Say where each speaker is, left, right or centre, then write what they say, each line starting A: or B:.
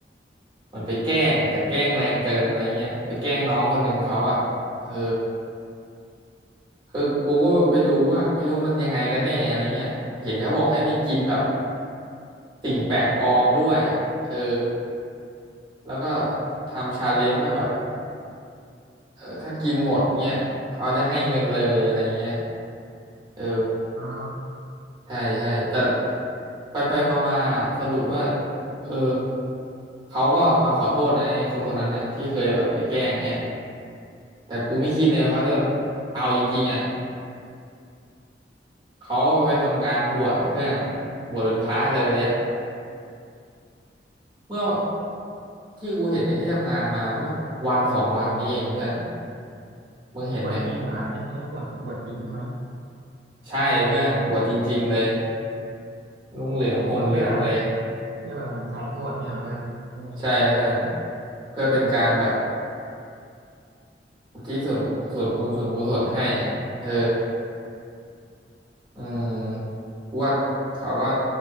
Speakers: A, on the right (about 25°); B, on the right (about 70°).
A: เหมือนไปแกล้งอ่ะแต่แกล้งแรงเกินอะไรเงี้ยไปแกล้งน้องคนหนึ่งเขาอ่ะเออ คือกูก็ไปดูว่าไม่รู้มันยังไงกันแน่อะไรเงี้ยเห็นเขาบอกให้ไปกินแบบสิ่งแปลกปลอมด้วยอ่ะเออแล้วก็ทำชาเลนจ์ว่าแบบเออถ้ากินหมดเงี้ยเขาจะให้เงินเลยอะไรเงี้ยเออ
B: อ๋อ
A: ใช่ใช่แต่ไปไปมามาๆสรุปว่าเออเขาก็มาขอโทษนะไอ้คนคนนั้นน่ะที่เคยแบบไปแกล้งเงี้ยแต่กูไม่คิดเลยว่าเขาจะเอาจริงๆอ่ะเขาก็ไปทำการบวชอ่ะเพื่อนบวชเป็นพระเลยอ่ะ เมื่อที่กูเห็นในที่ทำงานมาเมื่อวันสองวันนี้เองเพื่อนมึงเห็นไหม
B: บวชจริงเหรอไอ้ไอ้เขาบวชบวชจริงใช่ไหม
A: ใช่เพื่อนบวชจริงๆเลยนุ่งเหลืองห่มเหลืองเลย
B: บวชเพื่อเพื่อแบบเหมือนใส่โทษเนี่ยเพื่อนยังไง
A: ใช่เพื่อนเพื่อเป็นการแบบอุทิศส่วนกุส่วนบุญส่วนกุศลให้อ่ะเอออืมกูว่าเขาก็